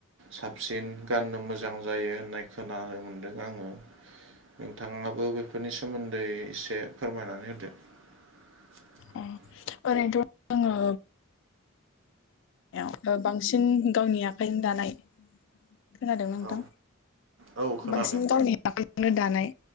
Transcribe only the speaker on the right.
साबसिन गाननो मोजां जायो होननाय खोनानो मोनदों आङो। नोंथाङाबो बेफोरनि सोमोन्दै एसे फोरमायनानै <unintelligible>
औ औ खोनादों